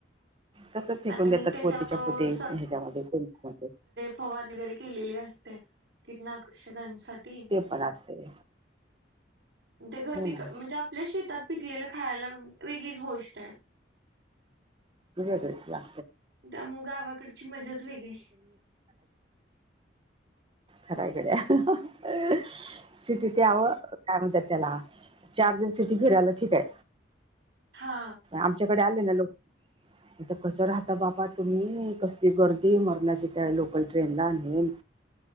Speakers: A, on the right; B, on the right.
A: कस फेकून
B: आणि
A: देतात
B: त्याच्यावर
A: पोतीच्या पोती ह्याच्यामध्ये मध्ये
B: फवार वगैरे केलेले असते कीटनाशकांसाठी
A: पण असते ते
B: ते घर
A: हो
B: पिक
A: ना
B: म्हणजे आपल्या शेतात पिकलेलं खायला वेगळीच गोष्ट आहे
A: बुजय तुसला
B: त्यामुळेग गावाकडची मजाच वेगळी
A: खरा आहे गड्या सिटी ते यावं काय म्हणतात त्याला चार दिवस सिटी फिरायला ठीक आहे
B: हा
A: आमच्याकडे आले ना लोक आता कसं राहता बाबा तुम्ही कसली गर्दी मरणाची त्या लोकल ट्रेनला नेम